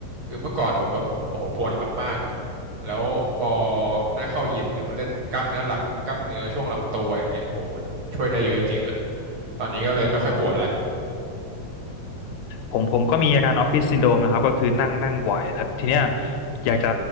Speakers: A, on the right (about 50°); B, on the left (about 85°).
A: คือเมื่อก่อนผมแบบโอ้โหปวดหลังมากแล้วพอได้เข้ายิมเนี่ยไปเล่นกล้ามเนื้อหลังกล้ามเนื้อช่วงลำตัวอย่างเงี้ยโอ้โหมันช่วยได้เยอะจริงๆฮะตอนนี้ก็เลยไม่ค่อยปวดแล้ว
B: ผมผมก็มีอาการออฟฟิศซินโดรมนะครับก็คือนั่งนั่งบ่อยแล้วทีเนี้ยอยากจะ